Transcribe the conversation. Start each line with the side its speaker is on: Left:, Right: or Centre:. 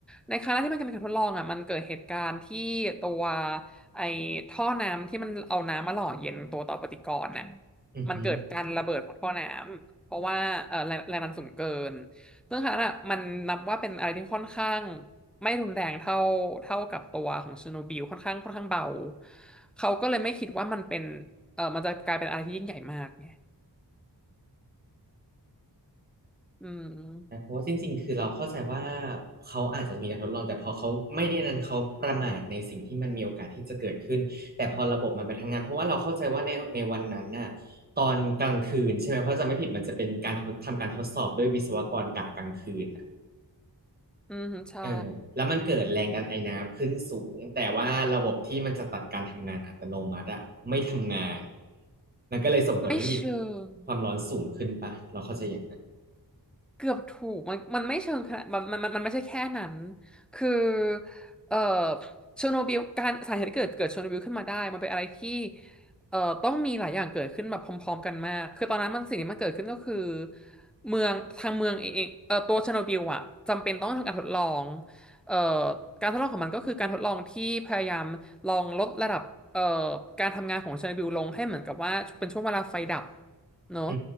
Centre: ในครั้งแรกที่มันเป็นการทดลองอ่ะมันเกิดเหตุการณ์ที่ตัวไอท่อน้ำที่มันเอาน้ำมาหล่อเย็นตัวต่อปฏิกรณ์น่ะ
Right: อือฮึ
Centre: มันเกิดการระเบิดของท่อน้ำ เพราะว่าเอ่อแรงแรงดันสูงเกิน ซึ่งค่ะนน่ะมันนับว่าเป็นอะไรที่ค่อนข้างไม่รุนแรงเท่าเท่ากับตัวของเชอร์โนบิลค่อนข้างค่อนข้างเบา เขาก็เลยไม่คิดว่ามันเป็นเออมันจะกลายเป็นอะไรที่ยิ่งใหญ่มากไงอืม
Right: น่เพราะว่าจริงๆคือเราเข้าใจว่าเขาอาจจะมีการทดลองแต่พอเขาไม่ได้นั้นเขาประมาทในสิ่งที่มันมีโอกาสที่จะเกิดขึ้นแต่พอระบบมันไปทำงานเพราะว่าเราเข้าใจว่าในในวันนั้นน่ะตอนกลางคืนใช่ไหมเพราะจะไม่ผิดมันจะเป็นการทดทำการทดสอบด้วยวิศวกรกะกลางคืนน่ะ
Centre: อืมใช่
Right: เออแล้วมันเกิดแรงดันไอน้ำขึ้นสูงแต่ว่าระบบที่มันจะตัดการทำงานอัตโนมัติอะไม่ทำงานมันก็เลยส่งผลให้มี
Centre: ไม่เชิง
Right: ความร้อนสูงขึ้นปะเราเข้าใจอย่างนั้น
Centre: เกือบถูกมันมันไม่เชิงขนาดมันมันมันมันไม่ใช่แค่นั้นคือเอ่อเชอร์โนบิลการสาเหตุที่เกิดเกิดเชอร์โนบิลขึ้นมาได้มันเป็นอะไรที่เอ่อต้องมีหลายอย่างเกิดขึ้นแบบพร้อมๆกันมากคือตอนนั้นมันสิ่งที่มันเกิดขึ้นก็คือเมืองทางเมืองเองเอ่อตัวเชอร์โนบิลอะจำเป็นต้องทำการทดลองเอ่อการทดลองของมันก็คือการทดลองที่พยายามลองลดระดับเอ่อการทำงานของเชอร์โนบิลลงให้เหมือนกับว่าเป็นช่วงเวลาไฟดับเนอะ
Right: อื